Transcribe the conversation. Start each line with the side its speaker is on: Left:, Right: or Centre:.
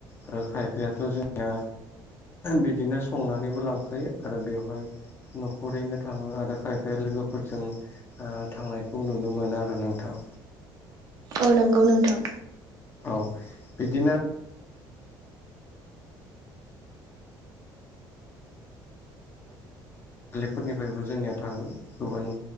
Left: आरो खायफायाथ' जोंनिया बिदिनो संनानैबो लांखायो आरो बेवहाय न'खरैनो थाङो आरो खायफाया लोगोफोरजों ओ थांनायखौ नुनो मोना आरो नोंथां।
Right: औ नंगौ नोंथां।
Left: औ बिदिनो लिफोरनिफ्रायबो जोंनिया थाङो गुबुन